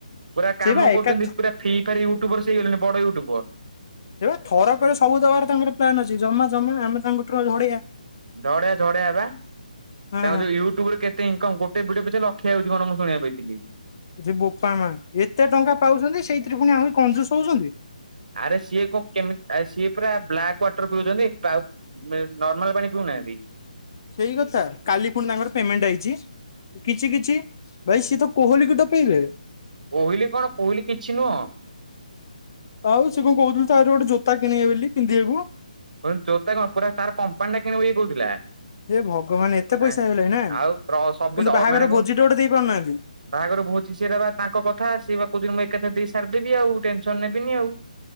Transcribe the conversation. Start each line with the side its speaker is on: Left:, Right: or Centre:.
Right: ପୁରା କାମ
Left: ସେଇବା
Right: କରୁଚନ୍ତି
Left: ଏକା
Right: ପୁରା ଫି ଫାରି ୟୁଟ୍ୟୁବର୍ ସେ ହେଇଗଲେଣି ବଡ଼ ୟୁଟ୍ୟୁବର୍।
Left: ଏବା ଥରକରେ ସବୁ ଦବାର ତାଙ୍କର ପ୍ଲାନ ଅଛି ଜମା ଜମା ଆମେ ତାଙ୍କଠୁ ଅ ଝଡ଼େଇଆ।
Right: ଝଡ଼େଆ ଝଡ଼େଆ ବା ତାଙ୍କର
Left: ହଁ
Right: ଯୋଉ ୟୁଟ୍ୟୁବରୁ କେ ତେ ଇନକମ୍ ଗୋଟେ ଭିଡ଼ିଓ ପିଛେ ଲକ୍ଷେ ଆଉଚି କଣ ମୁଁ ଶୁଣିଆକୁ ପାଇଥିଲି।
Left: ଯେ ବୋପା ମା ଏତେ ଟଙ୍କା ପାଉଚନ୍ତି ସେଇଥିରେ ପୁଣି ଆହୁରି କଂଜୁସ ହଉଚନ୍ତି।
Right: ଆରେ ସିଏ କୋ କେମିତ୍ ଆ ସିଏ ପରା ବ୍ଲାକ୍ ୱାଟର୍ ପିଉଚନ୍ତି ପାଉ ଏ ନର୍ମାଲ୍ ପାଣି ପିଉନାହାନ୍ତି।
Left: ସେଇ କଥା କାଲି ପୁଣି ତାଙ୍କର ପେମେଣ୍ଟ୍ ଆଇଚି। କିଛି କିଛି ଭାଇ ସିଏତ କୋହୋଲିକୁ ଟପେଇବେ।
Right: କୋହିଲି କଣ କୋଇଲି କିଛି ନୁଅଁ।
Left: ଆଉ ସେ କଣ କହୁଥିଲେ ତାର ଗୋଟେ ଜୋତା କିଣିବେ ବୋଲି ପିନ୍ଧିଆକୁ।
Right: ମୁଁ କହିଲି ଜୋତା କଣ ପୁରା ତାର୍ କମ୍ପାନୀ ଟା କିଣିବ ଇଏ କଉଥିଲା।
Left: ହେ ଭଗବାନ ଏତେ ପଇସା
Right: ଏଁ
Left: ହେଇଗଲାଣି ନା
Right: ଆଉ କ୍ର ସବୁ
Left: କିନ୍ତୁ
Right: ଦ
Left: ବାହାଘର
Right: ମାନେ କୁ
Left: ଭୋଜିଟେ ଗୋଟେ ଦେଇ ପାରୁନାହାନ୍ତି
Right: ବାହାଘର ଭୋଜି ସେରା ବା ତାଙ୍କ କଥା ସିଏ ବା କୋଉଚନ୍ତି ମୁଁ ଏକା ଥର୍ ଦେଇ ସାର୍ଦେବି ଆଉ ଟେନ୍ସନ୍ ନେବିନି ଆଉ। <inaudible>